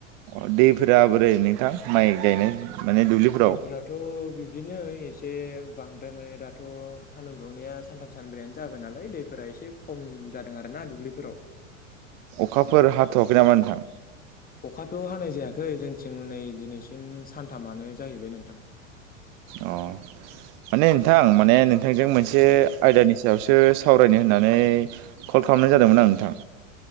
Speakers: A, on the right; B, on the left.
A: अ दैफोरा बोरै नोंथां माइ गायनाय माने दुब्लिफोराव
B: दैफोराथ' बि बिदिनो एसे बांद्राय माने दाथ' सानदुं दुंनाया सानथाम सानब्रैयानो जाबाय नालाय दैफोरा एसे खम जादों आरो ना दुब्लिफोराव
A: अखाफोर हाथ'वाखै नामा नोंथां
B: अखाथ' हानाय जायाखै जोंनिथिं नै दिनैसिम सानथामानो जाहैबाय नोंथां
A: अ माने नोंथां माने नों नोंथांजों मोनसे
B: औ
A: आयदानि सायावसो सावरायनो होननानै कल खालामनाय जादोंमोन आं नोंथां